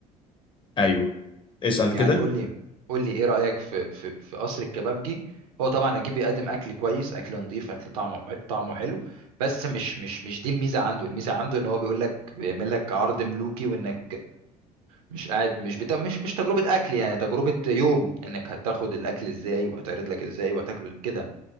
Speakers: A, on the left; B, on the right.
A: ايوه اسأل
B: يعني
A: كده
B: قول لي قول لي ايه رأيك في في في قصر الكبابجي هو طبعا اكيد بيقدم اكل كويس اكل نظيف اكل طعمه حلو طعمه حلو بس مش مش مش دي الميزة عنده الميزة عنده ان هو بيقول لك بيعمل لك عرض ملوكي وانك مش قاعد مش بتا... مش مش تجربة أكل يعني تجربة يوم إنك هتاخد الأكل إزاي وهيتعرض لك إزاي وهتاكله كده